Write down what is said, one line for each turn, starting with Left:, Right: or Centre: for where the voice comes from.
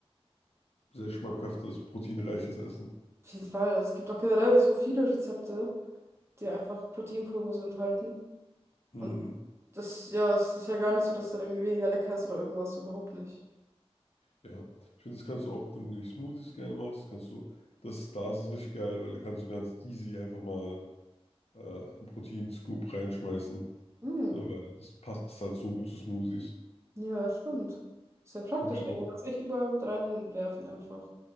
Left: ein sehr schmackhaftes, proteinreiches Essen.
Right: Auf jeden Fall. Also es gibt auch generell so viele Rezepte, die einfach Proteinpulver so enthalten.
Left: Mhm.
Right: Und das, ja, es ist ja gar nicht so, dass dann irgendwie weniger lecker ist oder irgendwas, überhaupt nicht.
Left: Ja, ich finde, das kannst du auch, wenn du die Smoothies gerne machst, kannst du, das, da ist es richtig geil, weil da kannst du ganz easy einfach mal äh, einen Proteinscoop reinschmeißen,
Right: Hm,
Left: ne, weil das passt halt so gut zu Smoothies.
Right: ja, stimmt. Ist ja praktisch,
Left: Habe ich
Right: ey.
Left: auch,
Right: Man kann es echt überall mit reinwerfen einfach.